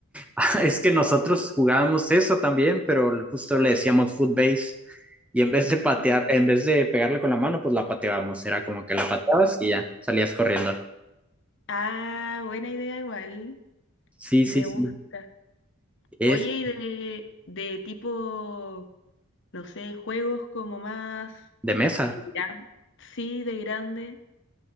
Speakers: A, in the centre; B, on the left.
A: <laughs> Es que nosotros jugábamos eso también, pero justo le decíamos foot base y en vez de patear,
B: Mm.
A: en vez de pegarle con la mano, pues la pateábamos. Era como que la pateabas y ya salías corriendo.
B: Ah, buena idea igual.
A: Sí,
B: Me
A: sí, sí.
B: gusta.
A: Es
B: Oye, ¿y de, de tipo no sé, juegos como más
A: de mesa.
B: de gran, sí, de grande.